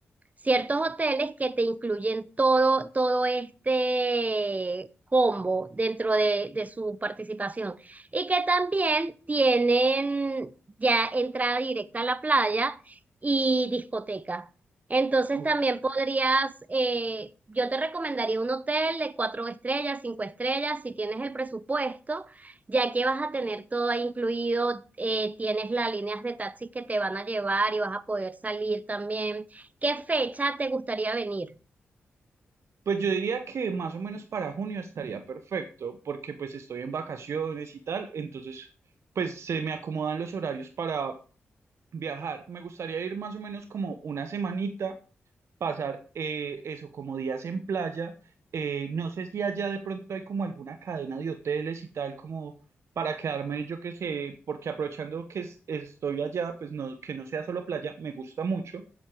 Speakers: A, on the right; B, on the right.
A: ciertos hoteles que te incluyen todo todo este combo dentro de de su participación y que también tienen ya entrada directa a la playa y discoteca. Entonces
B: ¿no?
A: también podrías, eh, yo te recomendaría un hotel de cuatro estrellas, cinco estrellas, si tienes el presupuesto, ya que vas a tener todo ahí incluido, eh, tienes las líneas de taxis que te van a llevar y vas a poder salir también. ¿Qué fecha te gustaría venir?
B: Pues yo diría que más o menos para junio estaría perfecto, porque pues estoy en vacaciones y tal, entonces pues se me acomodan los horarios para viajar. Me gustaría ir más o menos como una semanita, pasar eh, eso como días en playa. Eh, no sé si allá de pronto hay como alguna cadena de hoteles y tal como para quedarme, yo qué sé, porque aprovechando que es- estoy allá, pues no, que no sea solo playa, me gusta mucho.